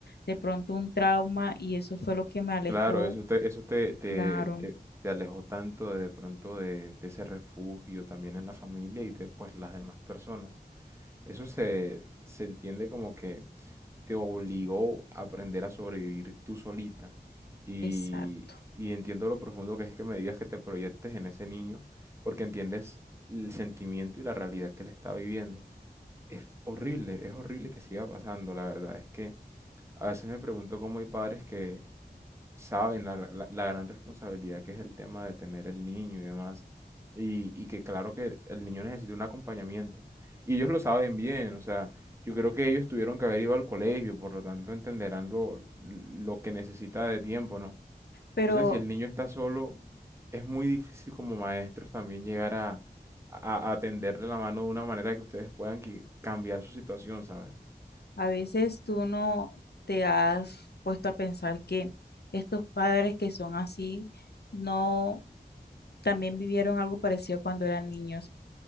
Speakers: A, on the left; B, on the right.
A: de pronto un trauma y eso fue lo que me alejó.
B: Claro, eso te, eso te, te,
A: Claro,
B: te- te alejó tanto de, de pronto de, de ese refugio también en la familia y de pues las demás personas. Eso se, se entiende como que te obligó a aprender a sobrevivir tú solita. Y,
A: exacto.
B: y entiendo lo profundo que es que me digas que te proyectes en ese niño, porque entiendes el sentimiento y la realidad que él está viviendo. Es horrible, es horrible que siga pasando, la verdad es que a veces me pregunto cómo hay padres que saben la, la- la gran responsabilidad que es el tema de tener el niño y demás. Y, y que claro que el niño necesita un acompañamiento. Y ellos lo saben bien, o sea, yo creo que ellos tuvieron que haber ido al colegio, por lo tanto entenderán lo, lo que necesita de tiempo, ¿no?
A: Pero
B: Entonces, si el niño está solo, es muy difícil como maestros también llegar a, a, a tenderle la mano de una manera que ustedes puedan qui- cambiar su situación, ¿sabes?
A: a veces tú no te has puesto a pensar que estos padres que son así, no, también vivieron algo parecido cuando eran niños.